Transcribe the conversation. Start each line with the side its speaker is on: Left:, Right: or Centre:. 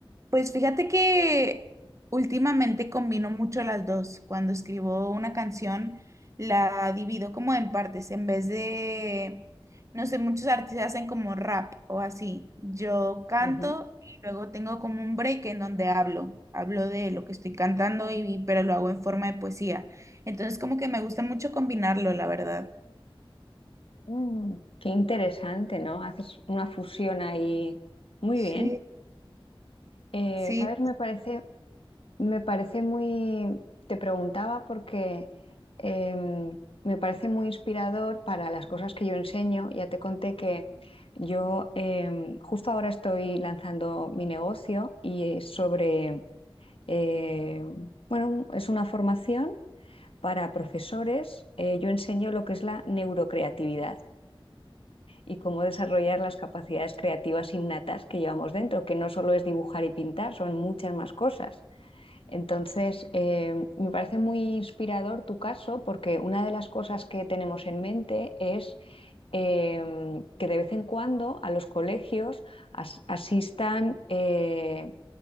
Right: Pues fíjate que últimamente combino mucho las dos. Cuando escribo una canción, la divido como en partes. En vez de, no sé, muchos artistas hacen como rap o así. Yo canto
Left: Ujú.
Right: y luego tengo como un break en donde hablo. Hablo de lo que estoy cantando y, y- pero lo hago en forma de poesía. Entonces como que me gusta mucho combinarlo, la verdad.
Left: Mm, qué interesante, ¿no? Haces una fusión ahí. Muy
Right: Sí.
Left: bien. Eh,
Right: Sí,
Left: ¿sabes? Me parece Me parece muy, te preguntaba porque em, me parece muy inspirador para las cosas que yo enseño. Ya te conté que yo em, justo ahora estoy lanzando mi negocio y es sobre, em, bueno, es una formación para profesores. Eh, yo enseño lo que es la neurocreatividad y cómo desarrollar las capacidades creativas innatas que llevamos dentro, que no solo es dibujar y pintar, son muchas más cosas. Entonces, eh, me parece muy inspirador tu caso porque una de las cosas que tenemos en mente es em, que de vez en cuando a los colegios as- asistan eh,